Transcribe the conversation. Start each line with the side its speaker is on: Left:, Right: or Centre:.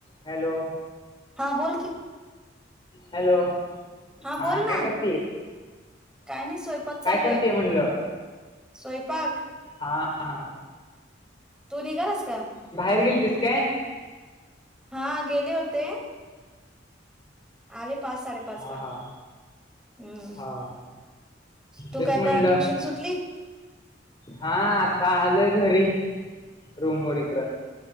Left: Hello
Centre: हां बोल की,
Left: हॅलो,
Centre: बोल
Left: हा
Centre: ना
Left: काय करते?
Centre: काय नाही स्वयंपाक चालू
Left: काय करतेय
Centre: हे
Left: म्हणलं
Centre: स्वयंपाक.
Left: हा हा.
Centre: तू निघालास का?
Left: बाहेर गेलतीस काय?
Centre: हा गेले होते, आले पाच साडेपाचला
Left: हा हा
Centre: हम्म.
Left: हा
Centre: तू
Left: तेच
Centre: काय
Left: म्हणलं
Centre: आता, ट्युशन सुटली?
Left: हा आता आलोय घरी रूमवर इकडं,